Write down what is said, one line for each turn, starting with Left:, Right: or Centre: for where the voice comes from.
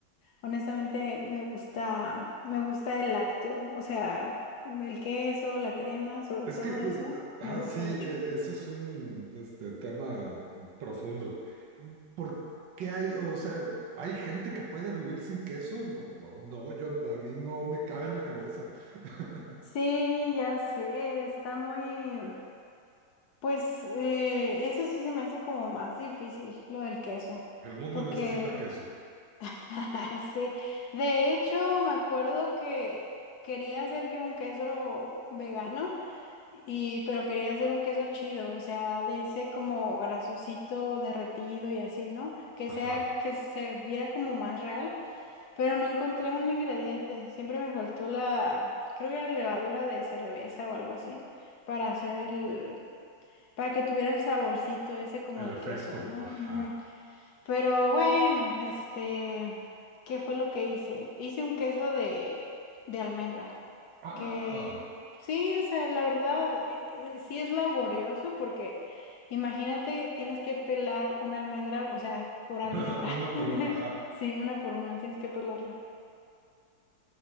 Left: honestamente me gusta, me gusta el lácteo, o sea, el queso, la crema, sobre
Right: Es
Left: todo
Right: que, uh,
Left: eso,
Right: uh, ah,
Left: me gusta
Right: sí,
Left: mucho.
Right: e- eso es un este, tema profundo. ¿Por qué hay, o sea, hay gente que puede vivir sin queso? No, no, no, yo, a mí no me cabe en la cabeza. <laughs>
Left: Sí, ya sé, está muy, pues eh, eso sí se me hace como más difícil, lo del queso,
Right: El mundo
Left: porque
Right: necesita queso.
Left: <laughs> Sí, de hecho me acuerdo que quería hacer yo un queso vegano y pero quería hacer un queso chido, o sea, de ese como grasosito derretido y así, ¿no? Que
Right: Ajá.
Left: sea que se viera como más real, pero no encontré un ingrediente, siempre me faltó la creo que era levadura de cerveza o algo así para hacer el para que tuviera el saborcito ese como
Right: El
Left: de
Right: efecto.
Left: queso, ¿no?
Right: Ajá.
Left: Ujú. Pero bueno, este, ¿qué fue lo que hice? Hice un queso de, de almendra,
Right: Ah.
Left: que sí, o sea, la verdad, eh, eh, sí es laborioso porque imagínate, tienes que pelar una almendra, o sea, por almendra,
Right: <laughs> Una por
Left: <laughs>
Right: una. Ajá.
Left: sí, una por una, tienes que pelarla.